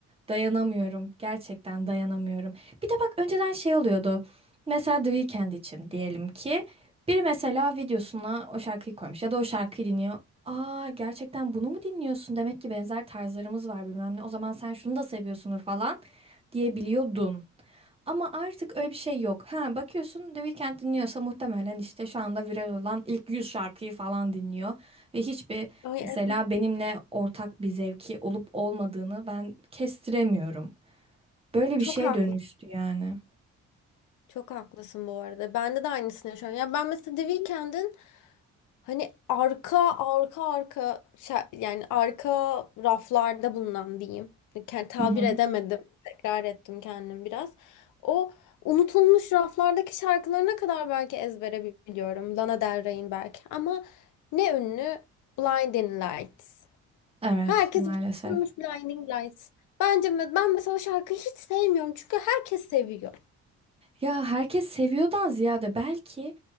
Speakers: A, on the right; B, on the left.
A: dayanamıyorum. Gerçekten dayanamıyorum. Bir de bak önceden şey oluyordu. Mesela The Weeknd için diyelim ki biri mesela videosuna o şarkıyı koymuş ya da o şarkıyı dinliyor. Aa gerçekten bunu mu dinliyorsun? Demek ki benzer tarzlarımız var bilmem ne. O zaman sen şunu da seviyorsundur falan diyebiliyordun. Ama artık öyle bir şey yok. Ha bakıyorsun The Weeknd dinliyorsa muhtemelen işte şu anda viral olan ilk 100 şarkıyı falan dinliyor. Ve hiçbir
B: Ay
A: mesela
B: evet.
A: benimle ortak bir zevki olup olmadığını ben kestiremiyorum. Böyle
B: Çok
A: bir şeye
B: haklı.
A: dönüştü yani.
B: Çok haklısın bu arada. Bende de aynısını yaşıyorum. Ya ben mesela The Weeknd'in hani arka arka arka şa- yani arka raflarda bulunan diyeyim. Yani tabir
A: Hı hı.
B: edemedim. Tekrar ettim kendim biraz. O unutulmuş raflardaki şarkılarına kadar belki ezbere biliyorum. Lana Del Rey'in belki. Ama ne ünlü? Blinding Lights.
A: Evet
B: Herkes
A: maalesef.
B: bitirmiş Blinding Lights. Bence me- ben mesela o şarkıyı hiç sevmiyorum çünkü herkes seviyor.
A: Ya herkes seviyordan ziyade belki